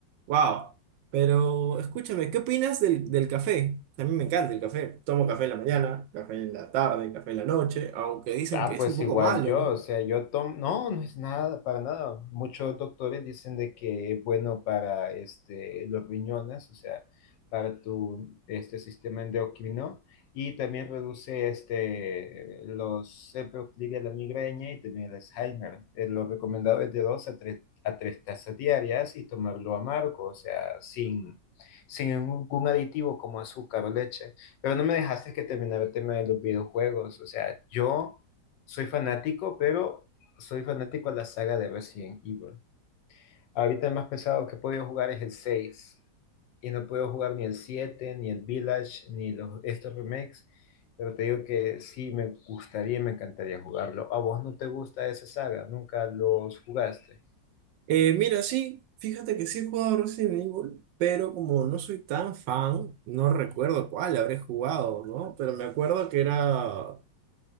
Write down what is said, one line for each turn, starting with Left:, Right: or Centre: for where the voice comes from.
Right: wow, pero escúchame, ¿qué opinas del, del café? A mí me encanta el café, tomo café en la mañana, café en la tarde, café en la noche, aunque dicen
Left: Ah,
Right: que es
Left: pues
Right: un poco
Left: igual
Right: malo,
Left: yo,
Right: ¿no?
Left: o sea, yo tomo, no, no es nada, para nada. Muchos doctores dicen de que es bueno para este, los riñones, o sea, para tu este, sistema endocrino y también reduce este, los, se proclive a la migraña y también el Alzheimer. Eh, lo recomendado es de dos a tres, a tres tazas diarias y tomarlo amargo, o sea, sin, sin ningún aditivo como azúcar o leche. Pero no me dejaste que terminara el tema de los videojuegos, o sea, yo... Soy fanático, pero soy fanático a la saga de Resident Evil. Ahorita el más pesado que he podido jugar es el seis, Y no puedo jugar ni el 7, ni el Village, ni los, estos remakes. Pero te digo que sí, me gustaría y me encantaría jugarlo. ¿A vos no te gusta esa saga? ¿Nunca los jugaste?
Right: Eh, mira, sí, fíjate que sí he jugado Resident Evil, pero como no soy tan fan, no recuerdo cuál habré jugado, ¿no? Pero me acuerdo que era, o